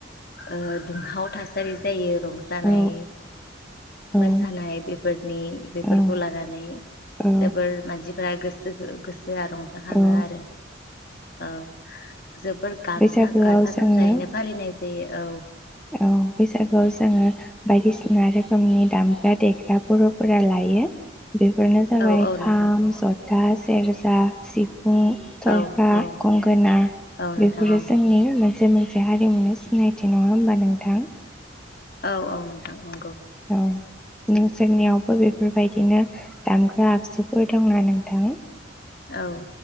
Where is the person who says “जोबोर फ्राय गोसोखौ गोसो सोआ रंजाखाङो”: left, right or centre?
Left